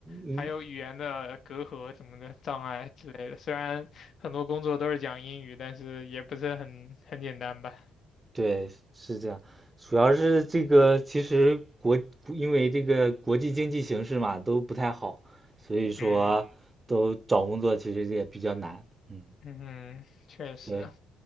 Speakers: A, on the right (about 25°); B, on the left (about 55°).
A: 嗯，
B: 还有语言的隔阂什么的障碍之类的。虽然很多工作都是讲英语，但是也不是很很简单吧。
A: 对，是这样。主要是这个，其实国，因为这个国际经济形势嘛，都不太好，所以说都找工作其实也比较难。
B: 嗯
A: 嗯，
B: 嗯，嗯，确实，
A: 对，